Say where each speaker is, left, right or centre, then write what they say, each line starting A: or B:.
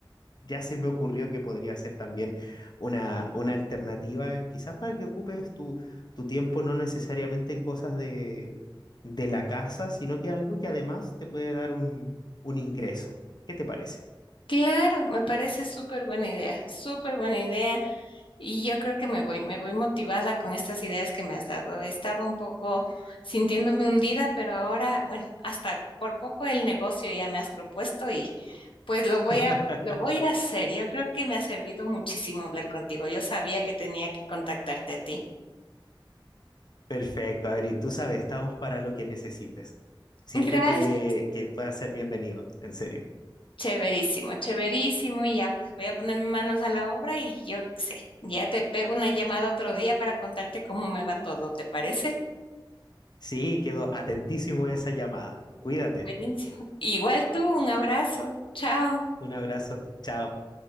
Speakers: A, on the left (about 55°); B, on the left (about 80°).
A: ya se me ocurrió que podría ser también una, una alternativa, quizás para que ocupes tu, tu tiempo no necesariamente en cosas de, de la casa, sino que algo que además te puede dar un, un ingreso. ¿Qué te parece?
B: Claro, me parece súper buena idea, súper buena idea. Y yo creo que me voy, me voy motivada con estas ideas que me has dado. Estaba un poco sintiéndome hundida, pero ahora, bueno, hasta por poco el negocio ya me has propuesto y pues lo
A: <laughs>
B: voy a, lo voy a hacer. Yo creo que me ha servido muchísimo hablar contigo. Yo sabía que tenía que contactarte a ti.
A: Perfecto, Adri, tú sabes, estamos para lo que necesites. Siempre
B: Gracias.
A: que, que puedas ser bienvenido, en serio.
B: Chéverísimo, chéverísimo. Y ya pues, voy a poner mis manos a la obra y yo qué sé, ya te pego una llamada otro día para contarte cómo me va todo, ¿te parece?
A: Sí, quedo atentísimo a esa llamada. Cuídate.
B: Buenísimo. Igual tú, un abrazo. Chao.
A: Un abrazo. Chao.